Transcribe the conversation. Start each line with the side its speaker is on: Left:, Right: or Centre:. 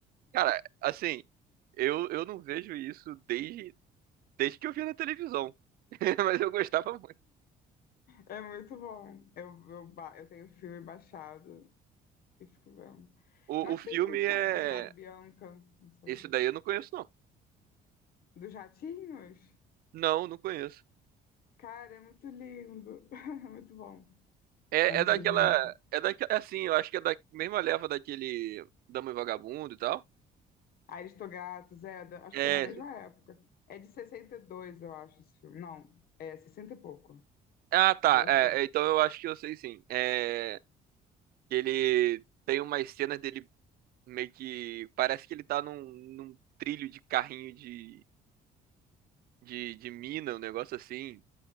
Right: cara, assim, eu, eu não vejo isso desde, desde que eu vi na televisão. <laughs> Mas eu gostava muito.
Left: é muito bom. Eu, eu, ba- eu tenho o filme baixado e fico vendo.
Right: O,
Left: Mas
Right: o filme
Left: tem muitos,
Right: é.
Left: cara, Bernardo e Bianca, não sei.
Right: Esse daí eu não conheço, não.
Left: Dos ratinhos?
Right: Não, não conheço.
Left: Cara, é muito lindo. <laughs> É Muito bom.
Right: É,
Left: É antiguinho.
Right: é daquela. É daquela. Assim, eu acho que é da mesma leva daquele Dama e Vagabundo e tal.
Left: Aristogato, Zeda, acho
Right: É.
Left: que foi na mesma época. É de 62, eu acho, esse filme. Não, é 60 e pouco,
Right: Ah, tá.
Left: algo assim.
Right: é, é, então eu acho que eu sei sim. É. que Ele tem umas cenas dele meio que parece que ele tá num, num trilho de carrinho de, de, de mina, um negócio assim.